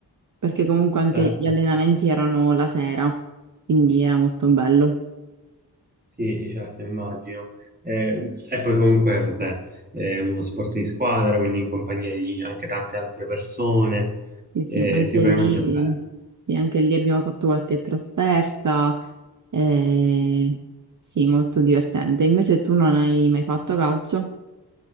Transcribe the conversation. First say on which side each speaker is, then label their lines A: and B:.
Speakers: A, on the right; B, on the right.
A: perché comunque anche
B: Certo.
A: gli allenamenti erano la sera, quindi era molto bello.
B: Sì, sì, certo, immagino. Eh, e poi comunque, vabbè, è uno sport di squadra, quindi in compagnia di anche tante altre persone,
A: Sì, sì,
B: eh,
A: anche
B: sicuramente
A: lì,
B: è bello.
A: sì, anche lì abbiamo fatto qualche trasferta, eh, sì, molto divertente. Invece tu non hai mai fatto calcio?